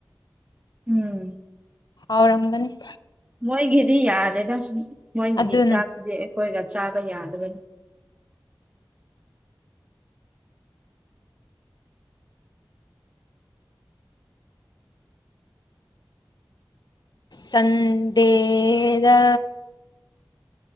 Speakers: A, on the right (about 15°); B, on the left (about 65°).
A: ꯎꯝ
B: ꯍꯥꯎꯔꯝꯒꯅꯤ
A: ꯃꯣꯏꯒꯤꯗꯤ ꯌꯥꯗꯦꯗ ꯃꯣꯏꯒꯤ
B: ꯑꯗꯨꯅ
A: ꯆꯥꯛꯇꯨꯗꯤ ꯑꯩꯈꯣꯏꯒ ꯆꯥꯕ ꯌꯥꯗꯕꯅꯤ
B: ꯁꯗꯦꯗ